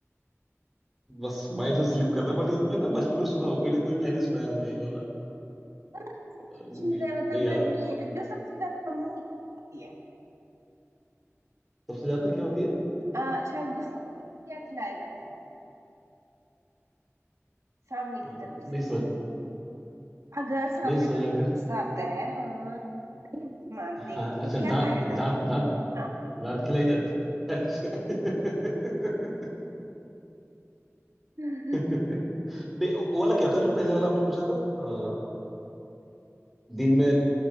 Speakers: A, in the centre; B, on the right (about 75°).
A: बस माइंड से स्लिप कर रहा है बट ये मैंने ना बचपन में सुना हो कोई ना कोई पहले सुनाया हुआ है ये वाला अ,
B: ऐसी क्या
A: नहीं
B: चीज है मतलब
A: नहीं याद
B: घर
A: आ
B: में
A: रहा
B: जो सबसे ज्यादा मम्मी खाती है
A: सबसे ज्यादा क्या होती है अ,
B: आ, अच्छा गुस्सा क्या खिलाया जाता है सामने
A: नहीं
B: की तरफ से
A: समझ
B: अगर सामने
A: नहीं समझ
B: वाले
A: रहा
B: को
A: फिर
B: गुस्सा आता है हम नहीं मानते
A: हाँ
B: तो
A: अच्छा
B: क्या
A: डांट
B: खाया जाता
A: डांट डांट
B: है? हाँ
A: डांट खिलाई जाती है <laughs> अच्छा
B: <laughs>
A: नहीं, वो वाला क्या था जो पहले वाला आपने पूछा था अ, दिन में